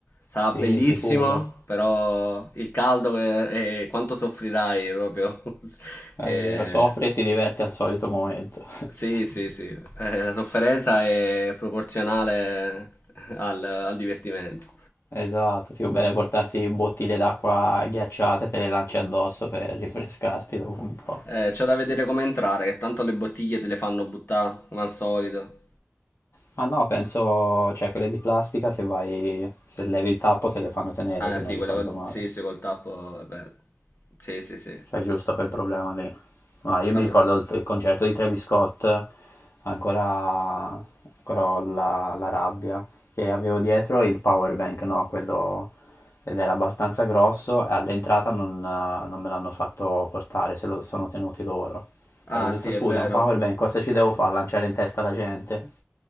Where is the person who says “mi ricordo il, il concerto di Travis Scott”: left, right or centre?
Left